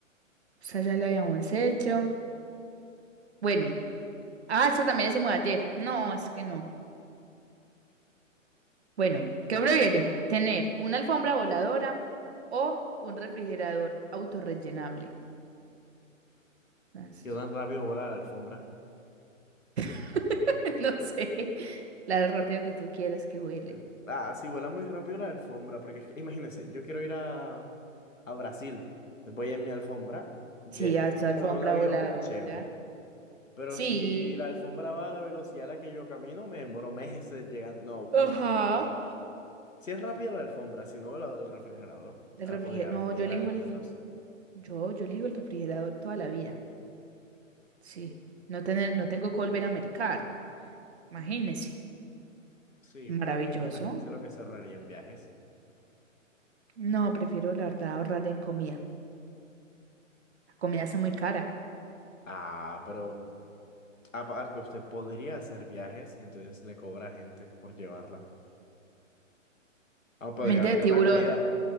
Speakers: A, on the right; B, on the left.
A: Esta ya la habíamos hecho. Bueno. Ah, esta también la hicimos ayer. No, es que no. Bueno, ¿qué prefieren? ¿Tener una alfombra voladora o un refrigerador autorrellenable? As-
B: Yo tan rápido vuela la alfombra.
A: <laughs> No sé, la rápido que tú quieras que
B: Mm,
A: huele.
B: Ah, sí, vuela muy rápido la alfombra, porque es que, imagínense, yo quiero ir a, a Brasil. voy en mi alfombra, llego
A: Sí, a tu
B: como
A: alfombra
B: en un avión,
A: voladora.
B: chévere. Pero
A: Sí.
B: si la alfombra va a la velocidad a la que yo camino, me demoro meses llegando. No, no,
A: Ajá.
B: no paga. Si es rápida la alfombra, si no, la- el refrigerador.
A: El
B: Ahora
A: refrigerador.
B: podría vender
A: No, yo elijo
B: alimentos.
A: el. Yo, yo elijo el refrigerador toda la vida. Sí. No tener, no tengo que volver a mercar. Imagínese.
B: Sí, pero
A: Maravilloso.
B: es que imagínense lo que se ahorraría en viajes.
A: No, prefiero la verdad ahorrar en comida. La comida está muy cara.
B: Ah, pero aparte usted podría hacer viajes y entonces le cobra a gente por llevarla. Aún podría
A: Mente
B: vender
A: de tiburón.
B: la comida.